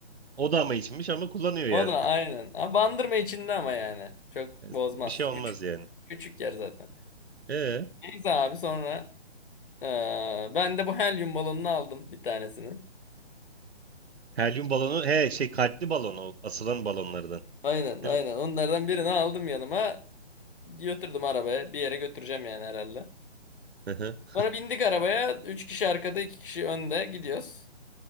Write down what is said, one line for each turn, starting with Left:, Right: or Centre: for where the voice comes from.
Right: O da ama içmiş ama kullanıyor yani.
Left: O da aynen. Ha, bandırma içinde ama yani. Çok
Right: <laughs>
Left: bozmaz.
Right: Bir şey olmaz
Left: Küçük
Right: yani.
Left: küçük yer zaten.
Right: Ee,
Left: Neyse abi sonra eee, ben de bu helyum balonunu aldım bir tanesini.
Right: helyum balonu he şey kalpli balon o asılan balonlardan.
Left: Aynen aynen.
Right: Değil
Left: Onlardan birini aldım yanıma. Götürdüm arabaya. Bir yere götüreceğim yani herhalde.
Right: mi? <laughs>
Left: Sonra bindik arabaya. Üç kişi arkada, iki kişi önde gidiyoruz.